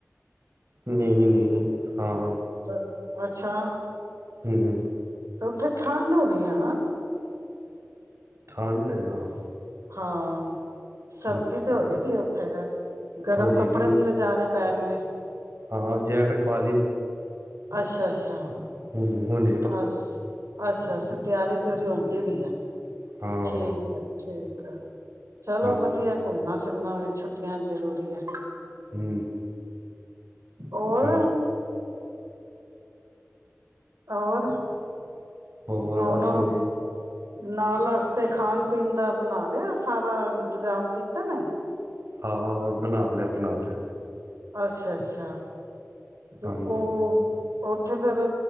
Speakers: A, on the right (about 60°); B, on the right (about 80°).
A: ਨਹੀਂ- ਨਹੀਂ ਹਾਂ
B: ਅ ਅੱਛਾ
A: ਹੂੰ
B: ਤੇ ਉੱਥੇ ਠੰਡ ਹੋਣੀ ਆ ਨਾ
A: ਠੰਡ ਹੈ ਹਾਂ
B: ਹਾਂ ਸਰਦੀ
A: ਹੂੰ
B: ਤੇ ਹੋਏਗੀ ਉੱਥੇ ਫਿਰ ਗਰਮ
A: ਹੋਏਗੀ
B: ਕੱਪੜੇ ਵੀ ਲਿਜਾਣੇ ਪੈਣਗੇ
A: ਹਾਂ ਜੈਕਟ ਪਾ ਲਈ।
B: ਅੱਛਾ -ਅੱਛਾ
A: ਹੂੰ ਹੁਣ
B: ਅੱਛ, ਅੱਛਾ- ਅੱਛਾ ਤਿਆਰੀ ਤਉਰੀ ਹੁੰਦੀ ਪਯੀ ਆ
A: ਹਾਂ
B: ਠੀਕ ਆ ਠੀਕ ਆ, ਚਲੋ
A: ਹਾਂਜੀ
B: ਵਧੀਆ ਘੁੰਮਣਾ ਫਿਰਨਾ ਵੀ ਛੁੱਟੀਆਂ ਜ਼ਰੂਰੀ ਹੈ।
A: ਹੂੰ।
B: ਔਰ।
A: ਹੂੰ
B: ਔਰ
A: ਹੋਰ
B: ਉਹਨੂੰ।
A: ਬਸ ਵਧੀਆ
B: ਨਾਲ ਆਸਤੇ ਖਾਣ ਪੀਣ ਦਾ ਬਣਾ ਲਿਆ, ਸਾਰਾ ਇੰਤਜ਼ਾਮ ਕੀਤੇ ਨੇ।
A: ਹਾਂ ਬਣਾ ਲਿਆ, ਆਪਣਾ ਤੇ।
B: ਅੱਛਾ- ਅੱਛਾ ਤੇ
A: ਹਾਂਜੀ
B: ਓ। ਉੱਥੇ ਫੇਰ